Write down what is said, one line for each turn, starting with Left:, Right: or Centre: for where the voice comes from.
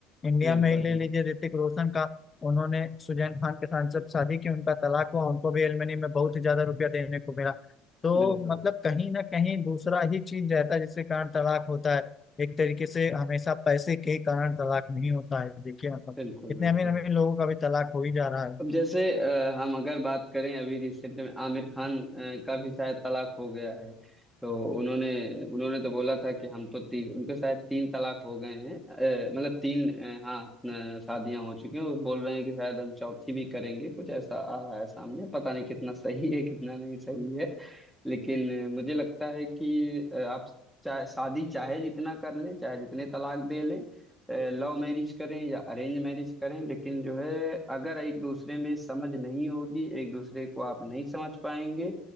Left: इंडिया
Centre: बिल्कुल
Left: में ही ले लीजिए ऋतिक रोशन का उन्होंने सुजैन खान के साथ जब शादी की उनका तलाक हुआ उनको भी एलमनी में बहुत ही ज्यादा रुपया देने को मिला तो
Centre: बिल्कुल
Left: मतलब कहीं ना कहीं दूसरा ही चीज रहता है जिसके कारण तलाक होता है एक तरीके से हमेशा पैसे के ही कारण तलाक नहीं होता है देखिए मतलब
Centre: बिल्कुल
Left: इतने
Centre: बिल्कुल
Left: अमीर अमीर लोगों का भी तलाक हो ही जा रहा है
Centre: अब जैसे अ, हम अगर बात करें अभी रिसेंट में आमिर खान अ, का भी शायद तलाक हो गया है तो उन्होंने उन्होंने तो बोला था कि हम तो तीन उनके शायद तीन तलाक हो गए हैं अ, मतलब तीन अ, हाँ अ, शादियां हो चुकी हैं वो बोल रहे हैं कि शायद हम चौथी भी करेंगे कुछ ऐसा आ रहा है सामने पता नहीं कितना सही है कितना नहीं सही है लेकिन अ, मुझे लगता है कि अ, आप चाहे शादी चाहे जितना कर लें चाहे जितने तलाक दे लें लव मैरिज करें या अरेंज मैरिज करें लेकिन जो है अगर एक दूसरे में समझ नहीं होगी एक दूसरे को आप नहीं समझ पाएंगे